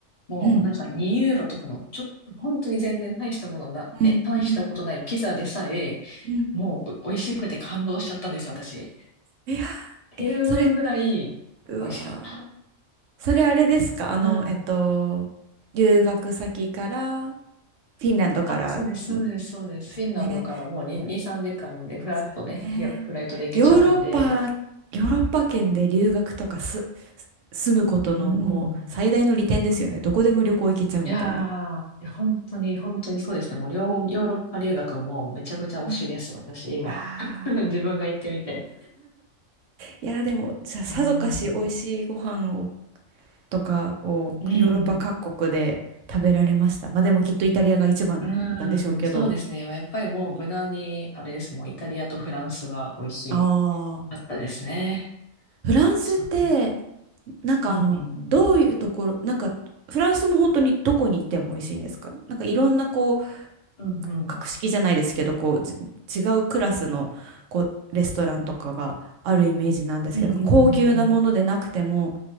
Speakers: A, on the left; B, on the right.
A: もなんか2ユーロとかの、
B: うん。
A: ちょっと、本当に全然大したものな、
B: うん。
A: え、大したことないピザでさえ、
B: うんうん。
A: もう、美味しくて感動しちゃったんですよ、私。っ
B: いや、
A: ていうぐらい、
B: それ、うわー、
A: 美味しかった。
B: それあれですかあの、
A: うん。
B: えっと、留学先から、フィンランドからん
A: あ、そうです、そうです、そうです。
B: ですよね。
A: フィンランドからもう2、2、3時間でフラッとね、
B: そうね。
A: ひフライトで行けちゃうんで、
B: ヨーロッパ、ヨーロッパ圏で留学とかす、す住むことのもう最大の利点ですよね。
A: うん。
B: どこでも旅行行けちゃうみたいな。
A: いやー、いや本当に、本当にそうですね。もう、両ヨーロッパ留学もめちゃくちゃ推しです、
B: うん。
A: 私、今。
B: ああ。
A: <laughs> 自分が行ってみて。
B: いや、でも、じゃあさぞかし美味しいご飯を
A: うん。
B: とかをヨーロッパ各国で食べられました。
A: うん。
B: まあでもきっとイタリアが一番なんでしょうけど。
A: うん。そうですね。やっぱりもう、無難に、あれです。もう、イタリアとフランスは美味しい。
B: ああ、
A: あったですね。
B: フランスって、
A: そ
B: なんかあの、
A: う。うんうん
B: どういうところ、なんか、フランスも本当にどこに行っても美味しいんですかなんかいろんなこう、
A: うん。うんうん。
B: 格式じゃないですけど、こう、じ違うクラスの、こう、レストランとかがあるイメージなんですけど、
A: うんうんうんうん。
B: なんか高級なものでなくても、